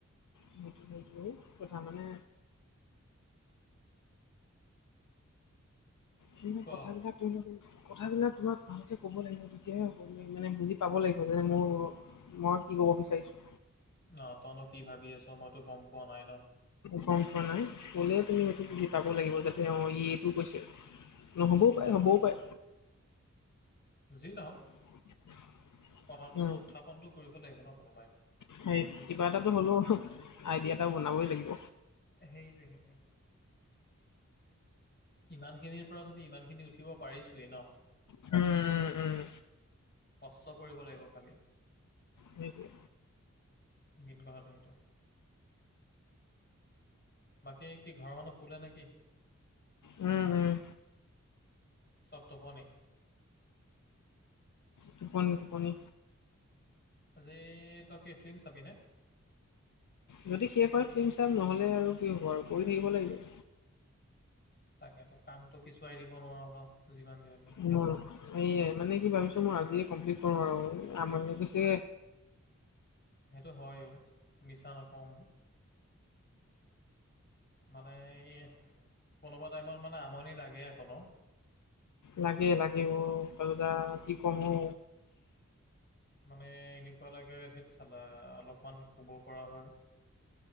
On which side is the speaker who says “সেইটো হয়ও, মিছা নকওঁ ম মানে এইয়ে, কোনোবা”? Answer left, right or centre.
Left